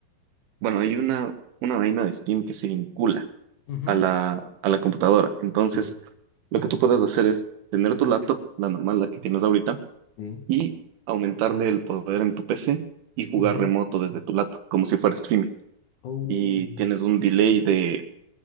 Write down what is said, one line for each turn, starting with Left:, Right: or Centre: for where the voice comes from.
Right: Bueno, hay una, una vaina de Steam que se vincula
Left: Ujú.
Right: a la, a la computadora. Entonces,
Left: Sí.
Right: lo que tú puedes hacer es tener tu laptop, la normal, la que tienes ahorita,
Left: Sí.
Right: y aumentarle el poder en tu PC y jugar
Left: Ujú.
Right: remoto desde tu laptop, como si fuera streaming.
Left: Oh,
Right: Y tienes un delay de